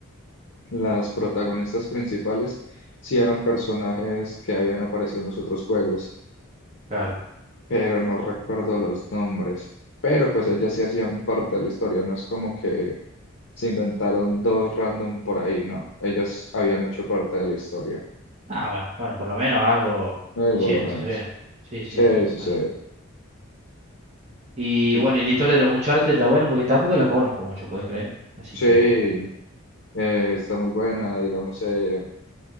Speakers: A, on the left; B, on the right.
A: Las protagonistas principales sí eran personajes que habían aparecido en los otros juegos,
B: Claro.
A: pero no recuerdo los nombres. Pero pues ellas sí hacían parte de la historia, no es como que se inventaron dos random por ahí, no. Ellas habían hecho parte de la historia,
B: Ah, bueno. Bueno, por lo menos algo
A: eh,
B: hicieron,
A: por lo menos.
B: entonces bien. Sí, sí,
A: Sí,
B: sí.
A: sí,
B: Bueno.
A: sí.
B: Y
A: Y-
B: bueno, y la historia de los Uncharted está bueno porque tampoco la conozco mucho, puedes creer. Así
A: sí,
B: que,
A: eh, está muy buena, digamos, eh,